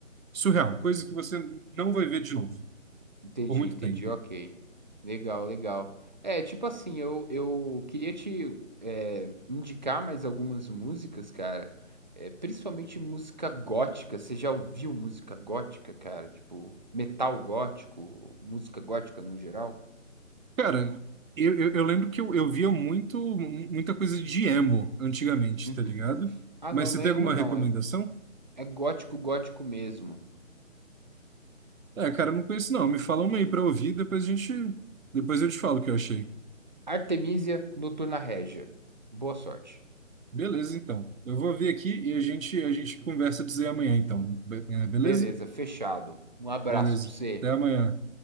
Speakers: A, on the right; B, on the right.
A: surreal, coisa que você não vai ver de novo
B: Entendi,
A: por muito
B: entendi,
A: tempo.
B: ok. Legal, legal. É, tipo assim, eu, eu queria te é, indicar mais algumas músicas, cara. É, principalmente música gótica. Você já ouviu música gótica, cara? Tipo, metal gótico, música gótica no geral?
A: Cara, eu, eu, eu lembro que eu, eu via muito muita coisa de emo antigamente,
B: Uhum.
A: tá ligado?
B: Ah,
A: Mas
B: não,
A: você
B: não
A: tem
B: é emo,
A: alguma
B: não.
A: recomendação?
B: É, é gótico, gótico mesmo.
A: É, cara, eu não conheço não. Me fala uma aí pra ouvir, depois a gente, depois eu te falo o que eu achei.
B: Artemisia Noturna Regia. Boa sorte.
A: Beleza, então. Eu vou ouvir aqui e a gente a gente conversa dizer amanhã, então. Be- é, beleza?
B: Beleza, fechado. Um abraço
A: Beleza.
B: pra você.
A: Até amanhã.